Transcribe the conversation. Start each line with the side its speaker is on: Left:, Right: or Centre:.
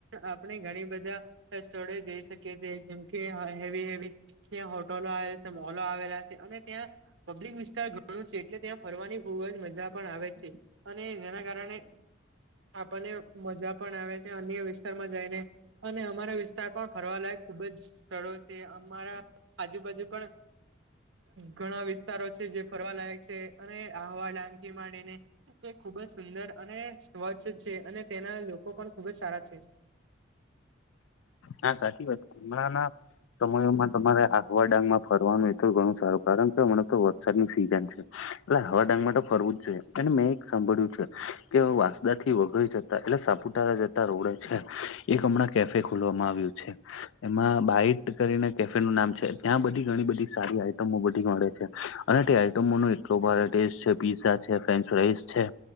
Right: આપણે ઘણી બધી સ્ટોરે જઈ શકીએ છીએ જેમ કે હેવી-હેવી ત્યાં હોટલો આવેલી છે, મોલ આવેલા છે અને ત્યાં પબ્લિક વિસ્તાર ઘણો છે, એટલે ત્યાં ફરવાની પણ ખૂબ જ મજા પણ આવે છે. અને જેના કારણે આપણને મજા પણ આવે છે. અન્ય વીસ વિસ્તારમાં જઈને અને અમારા વિસ્તારમાં પણ ફરવાલાયક ખૂબ જ સ્થળો છે. અમારા આજુબાજુ પણ ઘણા વિસ્તારો છે જે ફરવાલાયક છે, અને આહવા, ડાંગથી માંડીને તે ખૂબ જ સુંદર અને સ્વચ્છ છે. અને ત્યાંના લોકો પણ ખૂબ જ સારા છે.
Left: હા, સાચી વાત. હમણાંના સમયોમાં તમારે આહવા ડાંગમાં ફરવાનું એ તો ઘણું સારું. કારણ કે હમણાં તો વરસાદની સિઝન છે. એટલે હવા ડાંગમા તો ફરવું જ જોઈએ. અને મેં એક સાંભળ્યું છે કે વાસદા થી વગડી શક એટલે સાપુતારા જતા રોડ છે એક હમણાં કેફે ખોલવામાં આવ્યું છે. એમાં બાઈટ કરીને કેફે નું નામ છે ત્યાં બધી ઘણી બધી સારી આઈટમો બધી મળે છે. અને તે આઈટમો નો એટલો ભારે ટેસ્ટ છે પીઝા છે, ફ્રેન્ચ ફરાઇસ છે.